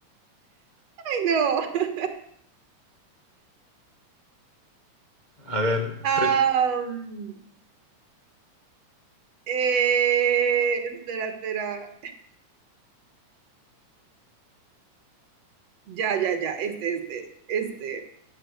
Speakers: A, on the right; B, on the left.
A: Ay, no.
B: A ver,
A: Am,
B: te-
A: eh, espera, espera. Ya, ya, ya. Este, este, este.